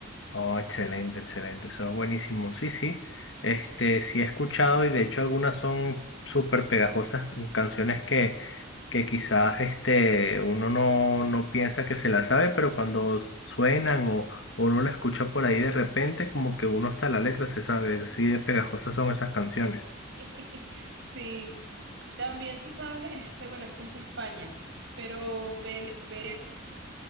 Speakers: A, on the left; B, on the right.
A: Oh, excelente, excelente, eso es buenísimo. Sí, sí, este, sí he escuchado y de hecho algunas son súper pegajosas, mm, canciones que, que quizás este, uno no, no piensa que se las sabe, pero cuando suenan o, o uno la escucha por ahí de repente, como que uno hasta la letra se sabe, así de pegajosas son esas canciones.
B: <laughs> Sí, también tú sabes, este, bueno, este es de España, pero Bel- Bere,